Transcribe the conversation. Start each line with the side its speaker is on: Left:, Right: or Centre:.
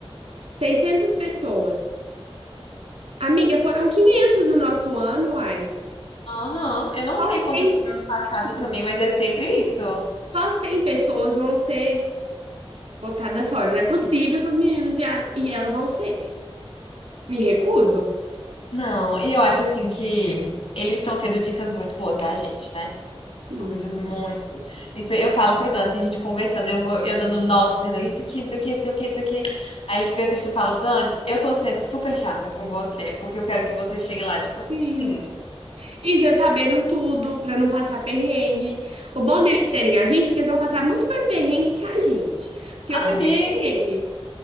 Right: 600 pessoas. Amiga, foram 500 no nosso ano, ai.
Left: Aham, eu não
Right: Só
Left: sei quantas
Right: 100, que-
Left: foram ano passado
Right: é, tipo,
Left: também, mas é sempre isso.
Right: só 100 pessoas vão ser botadas fora. Não é possível que os meninos e, a- e ela vão ser. Me recuso.
Left: Não, e eu acho assim que eles estão tendo dicas muito boas, tá, gente, né?
Right: Sim.
Left: Coisas muito. Isso eu falo pro Dan, assim, a gente conversando, eu vou, eu dando notas, dizendo isso aqui, isso aqui, isso aqui, isso aqui. Aí ele fica triste, eu falo, Dan, eu tô sendo super chata com você, porque eu quero que você chegue lá, tipo, assim,
Right: Sim. E já sabendo tudo, pra não passar perrengue. O bom deles terem a gente é que eles vão passar muito mais perrengue que a gente. Porque eu
Left: amigo.
Right: passei perrengue.